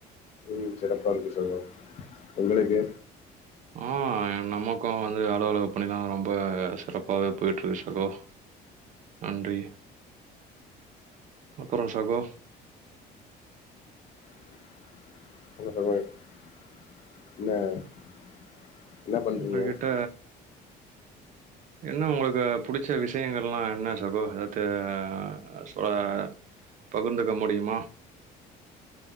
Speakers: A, on the left; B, on the right.
A: ம் சிறப்பா இருக்கு சகோ உங்களுக்கு
B: ஆ நமக்கு வந்து அலுவலக பணி எல்லா ரொம்ப சிறப்பாவே போய்ட்டு இருக்கு சகோ நன்றி அப்றோ சகோ
A: <unintelligible> என்ன பண்றீங்க
B: உங்ககிட்ட என்ன உங்களுக்கு புடிச்ச விஷயங்கள்லா என்ன சகோ எதாட்டு ஆ பகிர்ந்துக்க முடியுமா